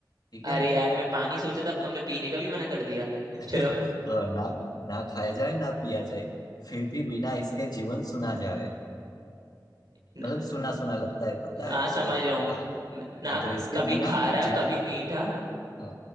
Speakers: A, on the left; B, on the right.
A: ठीक
B: अरे
A: है
B: यार मैं पानी सोचा था अब तुमने पीने का भी मना कर दिया <laughs>
A: <laughs>
B: चलो
A: और ना ना खाया जाए ना पिया जाए फिर भी बिना इसके जीवन सुना जाए
B: न,
A: मतलब सुना सुना लगता है पता
B: हाँ
A: है
B: समझ
A: वो
B: जाऊं
A: हाँ
B: ना
A: हाँ, तो इसके
B: कभी
A: बिना
B: खारा
A: जीवन
B: कभी मीठा
A: हाँ